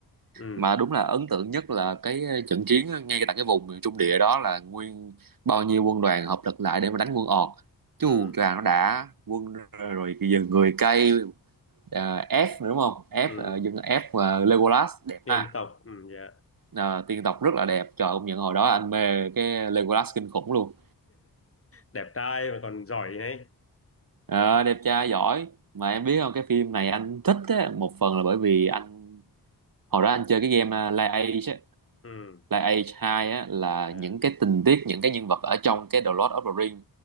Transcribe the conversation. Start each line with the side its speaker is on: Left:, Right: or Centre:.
Left: ừ
Right: mà đúng là ấn tượng nhất là cái ờ, trận chiến ờ, ngay tại cái vùng miền Trung địa đó là nguyên bao nhiêu quân đoàn hợp lực lại để mà đánh quân Ọt chứ
Left: ừ
Right: Hù choàng nó đã quân rồi bây giờ người cây à, F nữa đúng không F
Left: ừ
Right: à, dân F và Legolas đẹp
Left: tiên
Right: ha
Left: tộc ừ dạ
Right: Ờ, tiên tộc rất là đẹp trời công nhận hồi đó anh mê cái Legolas kinh khủng luôn
Left: đẹp trai mà còn giỏi này
Right: Ờ, đẹp trai giỏi mà em biết không cái phim này anh thích á, một phần là bởi vì anh hồi đó anh chơi cái game uh, Lies
Left: ừ
Right: là Age 2 á, là
Left: dạ
Right: những cái tình tiết những cái nhân vật ở trong cái The Lord of the Rings